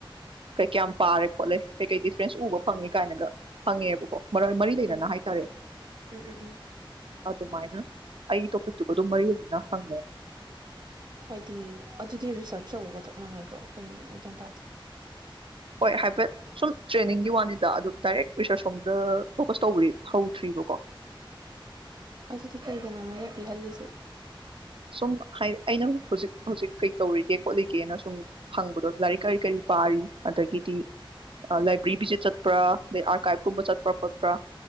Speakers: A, on the right; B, on the right.
A: ꯀꯩ-ꯀꯌꯥꯝ ꯄꯥꯔꯦ ꯈꯣꯠꯂꯦ ꯀꯩ-ꯀꯩ ꯗꯤꯐ꯭ꯔꯦꯟꯁ ꯎꯕ ꯐꯪꯉꯦ ꯀꯥꯏꯅꯒ ꯐꯪꯉꯦꯕꯀꯣ ꯃꯔꯣꯏ ꯃꯔꯤ ꯂꯩꯅꯅ
B: ꯎꯝ
A: ꯍꯥꯏ ꯇꯥꯔꯦ
B: ꯎꯝ ꯎꯝ ꯎꯝ
A: ꯑꯗꯨꯃꯥꯏꯅ ꯑꯩꯒꯤ ꯇꯣꯄꯤꯠꯇꯨꯒ ꯑꯗꯨꯝ ꯃꯔꯤ ꯂꯩꯅꯅ ꯐꯪꯉꯦ
B: ꯍꯥꯏꯗꯤ ꯑꯗꯨꯗꯤ ꯔꯤꯁ꯭ꯔꯆ ꯇꯧꯕꯒ ꯆꯞ ꯃꯥꯟꯅꯗ꯭ꯔꯣ ꯀꯩꯅꯣ ꯑꯩ ꯒ꯭ꯌꯥꯟ ꯇꯥꯗꯤ
A: ꯍꯣꯏ ꯍꯥꯏꯐꯦꯠ ꯁꯨꯝ ꯇ꯭ꯔꯦꯅꯤꯡꯒꯤ ꯋꯥꯅꯤꯗ ꯑꯗꯨ ꯗꯥꯏꯔꯦꯛ ꯔꯤꯁ꯭ꯔꯁ ꯔꯣꯝꯗ ꯐꯣꯀꯁ ꯇꯧꯕꯔꯤ ꯍꯧꯗ꯭ꯔꯤꯕꯀꯣ
B: ꯑꯗꯨꯗꯤ ꯀꯩꯗꯅꯣ ꯃꯣꯏꯅ ꯄꯤꯍꯜꯂꯤꯖꯦ
A: ꯁꯨꯝ ꯍꯥꯏꯗꯤ ꯑꯩꯅ ꯍꯧꯖꯤꯛ-ꯍꯧꯖꯤꯛ ꯀꯩ ꯇꯧꯔꯤꯒꯦ ꯈꯣꯠꯂꯤꯒꯦꯅ ꯁꯨꯝ ꯍꯪꯕꯗꯣ ꯂꯥꯏꯔꯤꯛ ꯀꯔꯤ-ꯀꯔꯤ ꯄꯥꯔꯤ ꯑꯗꯒꯤꯗꯤ ꯂꯥꯏꯕ꯭ꯔꯦꯔꯤ ꯚꯤꯖꯤꯠ ꯆꯠꯄ꯭ꯔꯥ ꯑꯗꯩ ꯑꯥꯔꯀꯥꯏꯕꯀꯨꯝꯕ ꯆꯠꯄ꯭ꯔꯥ ꯈꯣꯠꯄ꯭ꯔꯥ